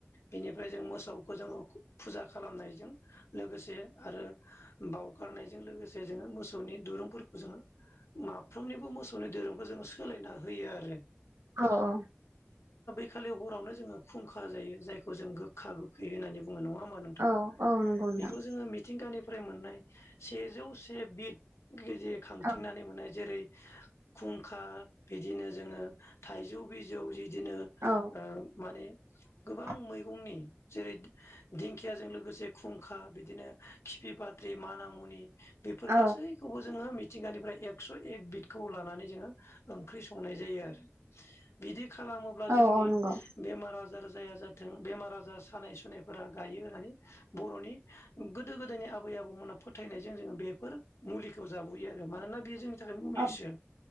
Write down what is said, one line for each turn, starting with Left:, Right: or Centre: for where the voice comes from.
Left: बेनिफ्राय जों मोसौखौ जोङो फुजा खालामनायजों लोगोसे आरो बाव गारनायजों लोगोसे जोङो मोसौनि दुरुंफोरखौ जोङो माफ्रोमनिबो मोसौनि दिरुंखौ जोंङो सोलायना होयो आरो
Right: औ-औ
Left: आखालि हरावनो जोङो खुंखा जायो जायखौ जों गोखा गोखै होननानै बुं ङो नङा होमबा नोंथां
Right: औ औ नंगौ नोंथां
Left: बेखौ जोङो मिथिंगानि मोननाय सेजौ से बिद गेजे खांथिंनानै
Right: औ
Left: मोननाय जेरै खुंखा बिदिनो जोङो थाइजौ बिजौ बिदिनो ओ
Right: औ
Left: माने
Right: <unintelligible>
Left: गोबां मैगंनि जेरै दिंखियाजों लोगोसे खुंखा बिदिनो खिफि पाद्रि मा नामुनि बेफोर
Right: औ
Left: गासैखौबो जोङो मिथिंगानिफ्राय एकस' एक बिदखौ लानानै जोङो ओंख्रि संनाय जायो आरो बिदि खालामोब्ला
Right: औ
Left: जोंनि
Right: औ नंगौ
Left: बेमारा आ जार जाया जाथों बेमार आजार सानाय सुनायफोरा गायो होननानै बर'नि गोदो गोदायनि आबै-आबौमोना फोथायनायजों जोङो बेफोर मुलिखौ जाबोयो आरो मानोना बे जोंनि थाखाय मुलिसो
Right: औ